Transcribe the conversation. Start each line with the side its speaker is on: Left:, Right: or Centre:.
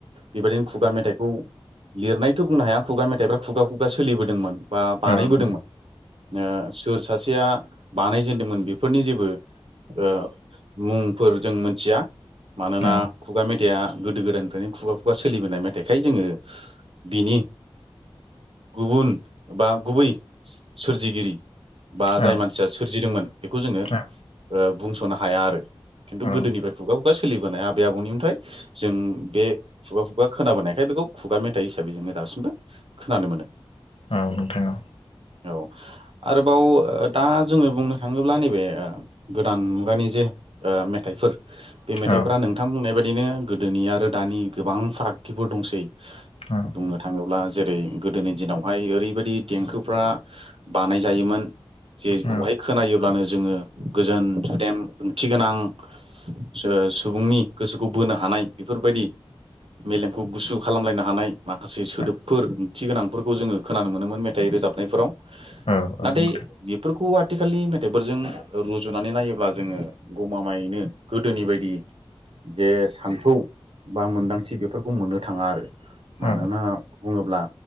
Right: बेबायदिनो खुगा मेथाइखौ लिरनायथ' बुंनो हाया खुगा मेथाइफ्रा खुगा खुगा सोलिबोदोंमोन। बा बानायबोदोंमोन
Left: औ नोंथां औ
Right: ओ सोर सासेया बानायजेनदोंमोन बेफोरनि जेबो ओ मुंफोर जों मिथिया मानोना
Left: औ
Right: खुगा मेथाइआ गोदो गोदायनिफ्रायनो खुगा खुगा सोलिबोनाय मेथाइखाय जोङो बिनि गुबुन बा गुबै सोरजिगिरि बा
Left: औ
Right: जाय मानसिया सोरजिदोंमोन बेखौ जोङो
Left: औ
Right: ओ बुंस'नो हाया आरो खिन्थु
Left: औ
Right: गोदोनिफ्राय खुगा बा सोलिबोनाय आबै आबौनिफ्राय जों बे खुगा खुगा खोनाबोनायखाय बेखौ खुगा मेथाइ हिसाबै जोङो दासिमबो खोनानो मोनो।
Left: औ नोंथां औ।
Right: औ आरोबाव दा जोङो बुंनो थाङोब्ला नैबे गोदान मुगानि जे ओ मेथाइफोर बे मेथाइफोरा
Left: औ
Right: नोंथां बुंनाय बायदिनो गोदोनि आरो दानि गोबां फारागथिफोर दंसै।
Left: औ
Right: बुंनो थाङोब्ला जेरै गोदोनि दिनावहाय ओरैबायदि देंखोफ्रा बानायजायोमोन जेखौहाय
Left: औ
Right: खोनायोब्लानो जोङो गोजोन सुदेम ओंथि गोनां सो सुबुंनि गोसोखौ बोनो हा नाय बेफोरबायदि मेलेमखौ गुसु खालामलायनो हानाय। माखासे
Left: नोंथां
Right: सोदोबफोर ओंथि गोनांफोरखौ जोङो खोनानो मोनोमोन मेथाइ रोजाबनायफोराव । नाथाय
Left: औ नोंथां
Right: बेफोरखौ आथिखालनि मेथाइफोरजों रुजुनानै नायोब्ला जोङो गमामायैनो गोदोनि बायदि जे सान्थौ बा मोन्दांथि बेफोरखौ मोननो थाङा आरो मानोना
Left: औ
Right: बुङोब्ला